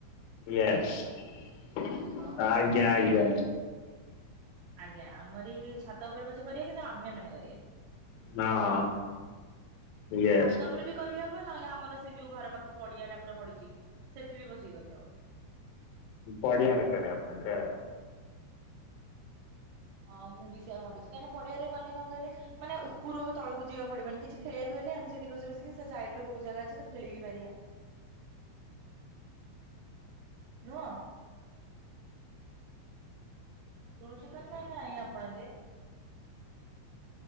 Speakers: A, on the left; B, on the right.
A: ୟେସ୍
B: ହଁ
A: ଆଜ୍ଞା
B: ଆମେ
A: ଆଜ୍ଞା।
B: ମାନେ ଆଜ୍ଞା ଆମରି ଛାତ ଉପରେ ପଛେ କରିବା କିନ୍ତୁ ଆମେ ମାନେ କରିବା।
A: ହଁ
B: ଆଉ
A: ୟେ
B: ତ ଉପରେ ବି କରିହେବ ନହେଲେ ଆମର ସେଇ ଯୋଉ ଘର ପାଖ ପଡ଼ିଆ ଟା ପୁରା ପଡ଼ିଛି ସେଠିବି ବସି କରିହବ।
A: ପଡ଼ିଆ ରେ କରିଆ <unintelligible>
B: ହଁ ମୁଁ ବି ସେୟା ଭାବୁଚି କାହିଁ ନା ପଡ଼ିଆରେ କଲେ କଣ କହିଲେ ମାନେ ଉପରୁ ଆଉ ତଳକୁ ଯିବାକୁ ପଡ଼ିବନି କିଛି ଖେଳିବାକୁ ହେଲେ ଆମେ ସେଇଠି ରୋଷେଇ ବସିକି ସେ ସାଇଟ୍ ରେ ବୋହୁତ୍ ଜାଗା ଅଛି ତ ଖେଳିବି ପାରିବା। ନୁହଁ। ଶୁଣୁଛୁ ନା ନା ନାଇଁ ଆପଣ ଯେ।